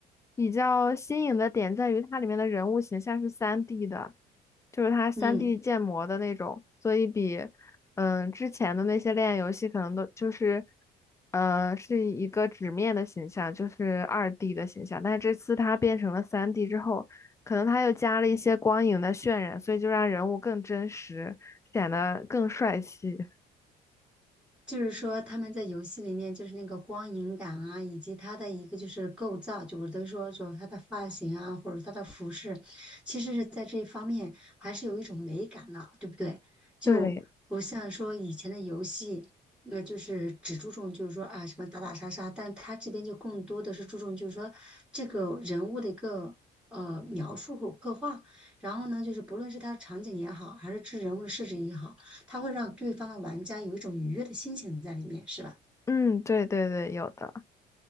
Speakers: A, on the left; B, in the centre.
A: 比较新颖的点在于它里面的人物形象是三 d 的，就是它三
B: 嗯。
A: d 建模的那种，所以比嗯之前的那些恋爱游戏可能都就是。呃，是一个纸面的形象，就是二 D 的形象，但是这次它变成了三 D 之后，可能它又加了一些光影的渲染，所以就让人物更真实，显得更帅气。
B: 就是说他们在游戏里面就是那个光影感啊，以及他的一个就是构造，就我都说就他的发型啊，或者他的服饰，其实是在这一方面还是有一种美感的，对不对？就不像说以前的游戏，
A: 对，
B: 那就是只注重就是说啊什么打打杀杀，但他这边就更多的是注重就是说这个人物的一个。呃，描述和刻画，然后呢，就是不论是他的场景也好，还是这人物的设置也好。它会让对方的玩家有一种愉悦的心情在里面，是吧？
A: 嗯，对对对，有的。